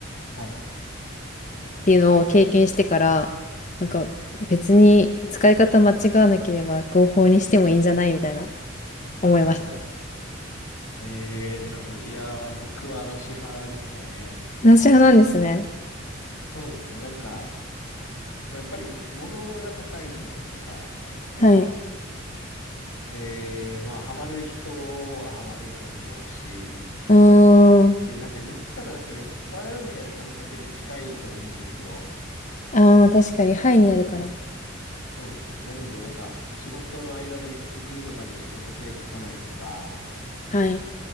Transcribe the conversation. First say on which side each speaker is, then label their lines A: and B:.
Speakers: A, on the left; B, on the left.
A: はい。はい。
B: ていうのを経験してから、なんか別に使い方間違わなければ合法にしてもいいんじゃないみたいな思いました。
A: はいはいえー、なるほど。いやー、僕はなし派ですね。
B: なし派なんですね。
A: そうですね。なんか、まあ、やっぱり物が高いじゃないですか。
B: はい。
A: で、まあ、ハマる人はハマると思うし、
B: うーん。
A: で、なんか言ったらなんか酔っ払うみたいな感覚に近いと思うんですよ。
B: ああ、まあ確かに、はいになるから。
A: そうですよね。なので、なんか仕事の間の一服とかで仕事手つかないとか、
B: はい。